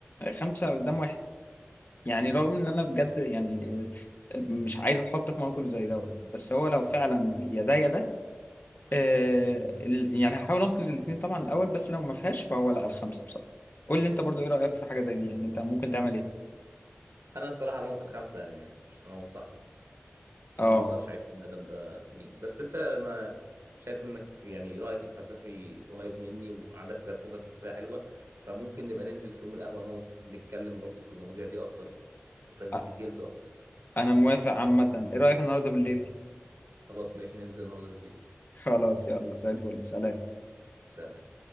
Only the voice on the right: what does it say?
انا الصراحه هموت الخمسه يعني مش هموت صاحبي عشان
ما اقدرش اعيش في الندم ده سنين بس انت انا شايف انك يعني رايك الفلسفي قريب مني وعندك وجهة نظر فلسفية حلوة فممكن نبقى ننزل في يوم القهوة نقعد نتكلم برضو في المواضيع دي اكتر بالتفاصيل- بالديتيلز
اكتر
خلاص ماشي ننزل النهارده بالليل
سلام